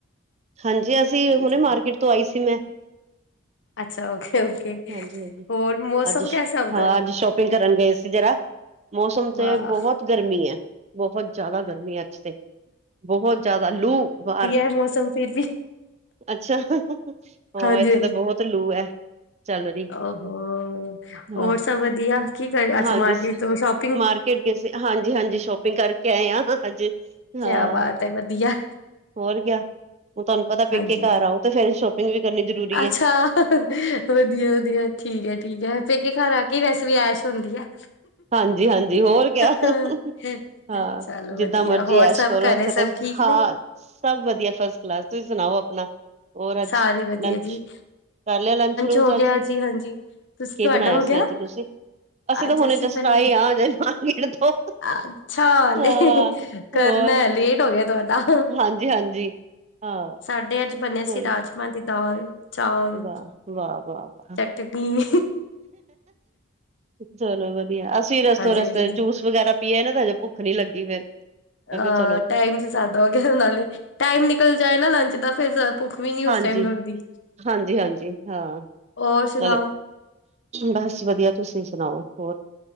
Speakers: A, on the right; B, on the left.
A: ਹਾਂਜੀ, ਅਸੀਂ
B: ਹਾਂਜੀ
A: ਹੁਣੇ ਮਾਰਕੀਟ ਤੋਂ ਆਈ ਸੀ ਮੈਂ।
B: ਅੱਛਾ ਓਕੇ ਓਕੇ
A: ਹਾਂਜੀ ਹਾਂਜੀ,
B: ਹੋਰ ਮੌਸਮ
A: ਅੱਜ
B: ਕੈਸਾ ਉਧਰ
A: ਹਾਂ ਅੱਜ ਸ਼ੋਪਿੰਗ ਕਰਨ ਗਏ ਸੀ ਜਰਾ। ਮੌਸਮ
B: ਵਾਹ
A: ਤੇ ਬਹੁਤ ਗਰਮੀ ਹੈ। ਬਹੁਤ ਜ਼ਿਆਦਾ ਗਰਮੀ, ਅੱਜ ਤੇ ਬਹੁਤ ਜ਼ਿਆਦਾ ਲੂ ਵਾਰ।
B: ਇਹ ਮੌਸਮ ਫਿਰ ਵੀ।
A: ਅੱਛਾ, ਹਾਂ
B: ਹਾਂਜੀ
A: ਇੱਥੇ ਤਾਂ ਬਹੁਤ ਲੂ ਹੈ। ਚੱਲ ਰਹੀ
B: ਉਹ ਹੋਰ
A: ਹਾਂ
B: ਸਭ ਵਧੀਆ, ਕੀ ਕਰ ਅੱਛਾ
A: ਹਾਂਜੀ
B: ਮਾਰਕੀਟ ਚ ਸ਼ੋਪ।
A: ਮਾਰਕੀਟ ਗਏਸੀ ਹਾਂਜੀ ਹਾਂਜੀ, ਸ਼ੋਪਿੰਗ ਕਰਕੇ ਆਏ ਹ ਹਾਂਜੀ
B: ਕਿਆ
A: ਹਾਂ।
B: ਬਾਤ ਹੈ ਵਧੀਆ
A: ਹੋਰ ਗਿਆ ਹੁ ਤੁਹਾਨੂੰ ਪਤਾ, ਪੇਕੇ
B: ਹਾਂਜੀ
A: ਘਰ ਆਓ ਤੇ ਫੇਰ ਸ਼ਾਪਿੰਗ। ਵੀ ਕਰਨੀ ਜ਼ਰੂਰੀ।
B: ਅੱਛਾ।
A: ਹੈ
B: ਵਧੀਆ ਵਧੀਆ ਠੀਕ ਹੈ ਠੀਕ ਹੈ, ਪੇਕੇ ਘਰ ਆ ਕੇ ਵੈਸੇ ਵੀ ਐਸ਼ ਹੁੰਦੀ ਹੈ।
A: ਹਾਂਜੀ ਹਾਂਜੀ, ਹੋਰ ਕ
B: ਹਾਂ
A: ਹਾਂ
B: ਚਲੋ
A: ਜਿੱਦਾਂ
B: ਵਧੀਆ
A: ਮਰਜੀ
B: ਹੋਰ
A: ਐਸ਼
B: ਸਭ
A: ਕਰੋ
B: ਘਰੇ
A: ਉੱਥੇ
B: ਸਭ
A: ਤੇ।
B: ਠੀਕ
A: ਹਾਂ
B: ਨੇ
A: ਸਭ ਵਧੀਆ, ਫਸਟ ਕਲਾਸ ਤੁਸੀਂ ਸੁਣਾਓ ਆਪਣਾ। ਹੋਰ ਅੱਜ
B: ਸਾਰੇ ਵਧੀਆ
A: ਲੰਚ।
B: ਜੀ
A: ਕਰ ਲਿਆ ਲੰਚ ਲੂਚ,
B: ਹੋ
A: ਅੱਜ
B: ਗਿਆ ਜੀ ਹਾਂਜੀ ਤੁਸੀਂ
A: ਕੀ
B: ਤੁਹਾਡਾ
A: ਬਣਾਇਆ
B: ਹੋ ਗਿਆ
A: ਸੀ ਅੱਜ ਤੁਸੀਂ ਅਸੀਂ
B: ਅੱਜ
A: ਤਾਂ ਹੁਣੇ ਜਸ।
B: ਬਣਨਾ
A: ਤਾਈ ਆ ਗਾਇਨੇ ਪਾਣੀ ਛਿੜਕ ਤੋਂ
B: ਅੱਛਾ ਲੇ
A: ਹਾਂ
B: ਕਰਨਾ
A: ਹੋਰ
B: ਹੈ, ਲੇਟ ਹੋ ਗਿਆ ਤੁਆਡਾ
A: ਹਾਂਜੀ, ਹਾਂਜੀ ਹਾਂ
B: ਸਾਡੇ ਅੱਜ ਬਣੇ ਸੀ
A: ਕੋਈ
B: ਰਾਜਮਾਂ ਦੀ ਦਾਲ ਚਾਲ
A: ਵਾਹ ਵਾਹ ਵਾਹ ਵਾਹ
B: ਚਟ ਤੇ ਬਿਨ
A: ਚਲੋ ਵਦੀਆ ਅਸੀਂ ਰਸਤੋ
B: ਹਾਂਜੀ
A: ਰਸਤੇ
B: ਹਾਂਜੀ
A: ਜੂਸ ਵਗੈਰਾ ਪੀਯਾ ਨਾ ਤਾਂ ਹਜੇ ਪੁੱਖ ਨੀ ਲੱਗੀ ਫੇਰ ਮੈਂ
B: ਅ
A: ਕਿਹਾ ਚਲੋ
B: ਟਾਈਮ ਚ ਜ਼ਿਆਦਾ ਹੋ ਗਿਆ ਨਾਲੇ ਟਾਈਮ ਨਿਕਲ ਜਾਏ ਨਾ ਲੰਚ ਦਾ ਫੇਰ ਭੁੱਖ ਵੀ ਨੀ ਉਸ
A: ਹਾਂਜੀ
B: ਟਾਈਮ ਲੱਗਦੀ।
A: ਹਾਂਜੀ, ਹਾਂਜੀ ਹਾਂ
B: ਔਰ ਸੁਨਾਓ?
A: ਨਾਲੇ ਬਸ ਵਧੀਆ, ਤੁਸੀਂ ਸੁਣਾਓ ਹੋਰ?